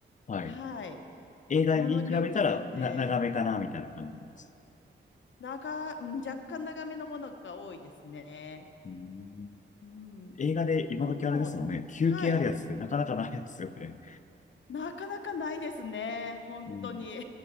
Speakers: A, on the left; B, on the left.
A: はい。
B: はい。
A: 映画に比べたらな長めかな、
B: ものによって全然、
A: みたいな感じなんです。
B: 長、うん、若干長めのものが多いですね。
A: うん
B: うん。
A: 映画で今時あれですもんね、
B: でも、
A: 休憩あるやつってなかなかないですよね。
B: はい。なかなかないですね。本当に。
A: うん、